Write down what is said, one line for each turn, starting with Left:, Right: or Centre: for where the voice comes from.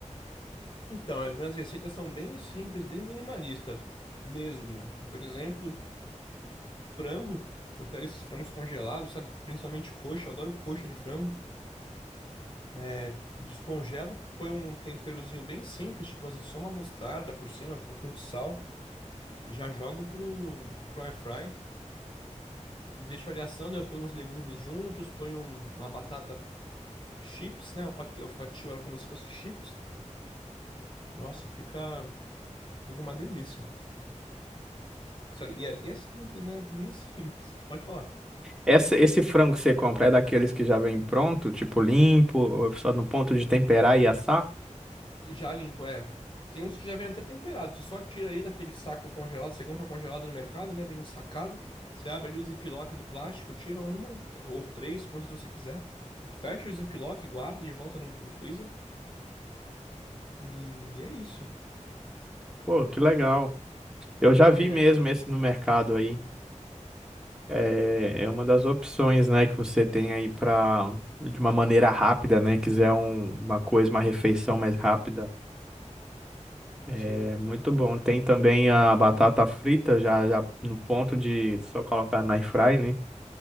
Left: Então, as minhas receitas são bem simples, bem minimalista mesmo. Por exemplo, frango. Eu pego esses frangos congelados, sabe? Principalmente coxa, eu adoro coxa de frango. É, descongelo, ponho um temperozinho bem simples, tipo às vezes só uma mostarda por cima, um pouquinho de sal. Já jogo pro, pro air fry. Deixo ele assando, eu ponho uns legumes juntos, ponho um, uma batata chips, né? Eu fati- eu fatio ela como se fosse chips. Nossa, fica, fica uma delícia. Sério, e é, e é simples, né? Bem simples. Pode falar.
Centre: Essa, esse frango que você compra é daqueles que já vem pronto, tipo limpo, só no ponto de temperar e assar?
Left: Já limpo, é. Tem uns que já vem até temperado. Você só tira ali daquele saco congelado. Você compra congelado no mercado, né? Vem sacado. Você abre ali o ziplock do plástico, tira uma ou três, quantas você quiser. Fecha o ziplock, guarda de volta no, no freezer. E é isso. <laughs>
Centre: Pô, que legal. Eu já
Left: É,
Centre: vi mesmo esse no mercado aí. É, é uma das opções, né, que você tem aí para de uma maneira rápida, né, quiser um- uma coisa, uma refeição mais rápida. É
Left: sim.
Centre: muito bom. Tem também a batata frita, já, já no ponto de só colocar na airfry, né?